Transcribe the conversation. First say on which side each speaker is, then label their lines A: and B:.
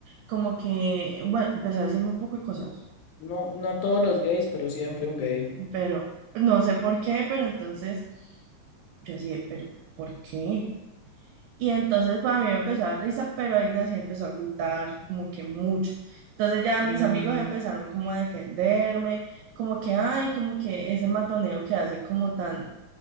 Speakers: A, on the right; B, on the left.
A: como que, bueno, empezó a decirme un poco de cosas,
B: No, no todos los gays, pero siempre un gay.
A: pero no sé por qué, pero entonces yo así, de, pero ¿por qué? Y entonces pues a mí me empezó a dar risa, pero Ignacio empezó a agüitar como que mucho. Entonces ya
B: Mm,
A: mis amigos empezaron como a defenderme, como que, ay, como que ese matoneo que hacen como tan